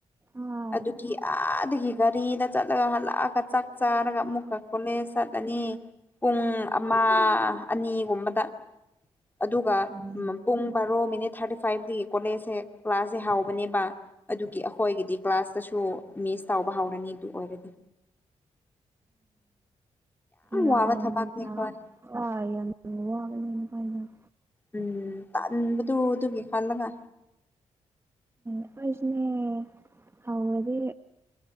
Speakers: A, on the right; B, on the left.
A: ꯑꯥ
B: ꯑꯗꯨꯒꯤ ꯑ ꯑꯗꯨꯒꯤ ꯒꯥꯔꯤꯗ ꯆꯠꯂꯒ ꯍꯜꯂꯛꯑꯒ ꯆꯥꯛ ꯆꯥꯔꯒ ꯑꯃꯨꯛꯀ ꯀꯣꯂꯦꯖ ꯆꯠꯂꯅꯤ ꯄꯨꯡ ꯑꯃ ꯑꯅꯤꯒꯨꯝꯕꯗ ꯑꯗꯨꯒ
A: ꯎꯝ
B: ꯄꯨꯡ ꯕꯥꯔꯣ ꯃꯤꯅꯤꯠ ꯊꯥꯔꯇꯤ ꯐꯥꯏꯚꯇꯒꯤ ꯀꯣꯂꯦꯖꯁꯦ ꯀ꯭ꯂꯥꯁꯁꯦ ꯍꯧꯕꯅꯦꯕ ꯑꯗꯨꯒꯤ ꯑꯩꯈꯣꯏꯒꯤꯗꯤ ꯀ꯭ꯂꯥꯁꯇꯁꯨ ꯃꯤꯁ ꯇꯧꯕ ꯍꯧꯔꯅꯤ ꯑꯗꯨ ꯑꯣꯏꯔꯗꯤ
A: ꯌꯥꯝ
B: ꯋꯥꯕ ꯊꯕꯛꯅꯤ
A: ꯌꯥꯝ
B: ꯑꯩꯈꯣꯏ
A: ꯋꯥꯢ ꯌꯥꯝ ꯋꯥꯒꯅꯤ ꯍꯥꯢꯅ
B: ꯎꯝ ꯇꯜꯕꯗꯨ ꯑꯗꯨꯒꯤ ꯈꯜꯂꯒ
A: ꯑꯈꯣꯏꯁꯨꯅꯦ ꯍꯧꯔꯗꯤ